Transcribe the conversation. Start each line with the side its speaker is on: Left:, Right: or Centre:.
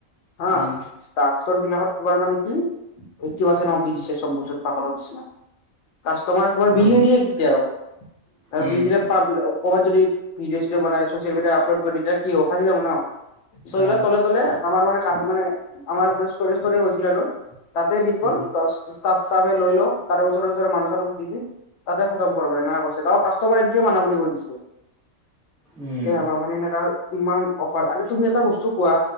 Left: হা
Centre: উম
Left: ড শ্ব'ত বিলাকাৰ মানে কি এইটটি পাৰ্চেন্ট অফ দি দিছে চব বস্তুত পাগলৰ নিচিনা কাষ্টমাৰ তোমাৰ বিল
Centre: অ
Left: নিদিয়ে কেতিয়াও আৰু
Centre: উম
Left: বিল দিলে পাব ক'ৰবাত যদি ভিডিঅ' -চিডিঅ' বনাই চছিয়েল মিডিয়াত আপলড কৰি তেতিয়া কি হ'ব বাচি যাব ন'। চ' এইগিলা
Centre: অ
Left: তলে তলে আমাৰ মান মানে আমাৰ মানে ষ্টৰেজষ্টৰে গৈছিল আৰু তাতে বিল
Centre: উম
Left: ষ্টাফ ফে লৈ লও তাৰে ওচৰে ওচৰে মানুহ আৰু দি দি তাতে খতম কৰিব নৈ কামাৰ এণ্টও মাননা বুলি কৈ দিছে
Centre: উম
Left: স হবা মানে এনেকা ইমান অফাৰ আৰু তুমি এটা বস্তু কোৱা